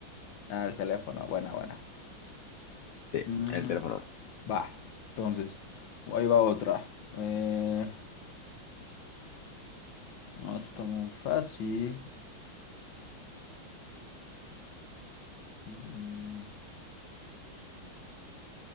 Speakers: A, on the left; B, on the left.
A: Ah, el teléfono, buena, buena.
B: Sí,
A: Mm,
B: el teléfono.
A: va, entonces, ahí va otra. Eh, no, esto está muy fácil. Mm,